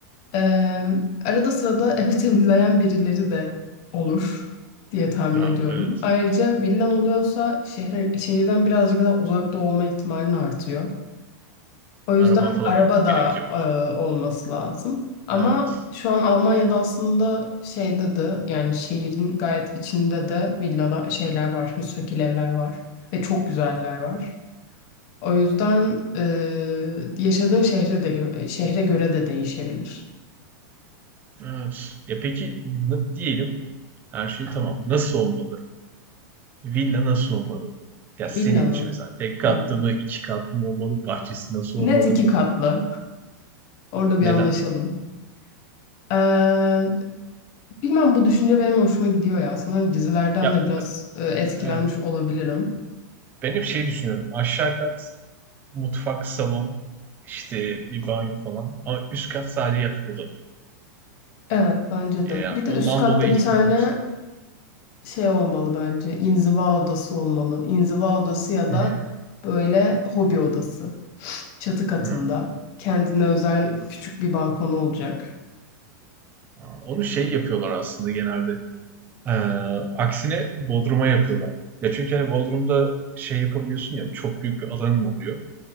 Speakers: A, on the left; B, on the right.
A: Eee, arada sırada <laughs> evi temizleyen birileri de olur diye tahmin
B: Ha,
A: ediyorum.
B: evet.
A: Ayrıca villan oluyorsa şehre, şehirden birazcık daha uzakta olma ihtimalin artıyor. O
B: Araban
A: yüzden
B: falan
A: araba
B: olması
A: da
B: gerekecek o
A: eee,
B: zaman
A: olması lazım. Ama
B: Evet.
A: şu an Almanya'da aslında şeyde de yani şehrin gayet içinde de villalar şeyler var, müstakil evler var ve çok güzeller var. O yüzden eee yaşadığın şehre de gö- şehre göre de değişebilir.
B: Evet. Ya peki n- diyelim Her şey tamam. Nasıl olmalı? Villa nasıl olmalı? Ya senin
A: Villa
B: için
A: mı?
B: mesela tek katlı
A: Hı.
B: mı, iki katlı mı olmalı? Bahçesi nasıl
A: Net
B: olmalı?
A: iki katlı. Orada
B: Neden?
A: bir anlaşalım. Ee, bilmem bu düşünce benim hoşuma gidiyor ya. Sanırım dizilerden
B: Ya
A: de biraz
B: ben,
A: e, etkilenmiş
B: evet.
A: olabilirim.
B: Ben hep şey düşünüyorum. Aşağı kat mutfak, salon, işte bir banyo falan. Ama üst kat sadece yatak odaları.
A: Evet bence
B: Ya
A: de. Bir de
B: ondan
A: üst katta
B: dolayı
A: bir
B: iki
A: tane
B: kat olsun.
A: şey olmalı bence. İnziva odası olmalı. İnziva odası ya
B: <laughs>
A: da böyle hobi odası. Çatı katında.
B: Hmm.
A: Kendine özel küçük bir balkon olacak.
B: Aa, Onu şey yapıyorlar aslında genelde. Ee, aksine Bodrum'a yapıyorlar. Ya çünkü hani Bodrum'da şey yapabiliyorsun ya çok büyük bir alanın oluyor.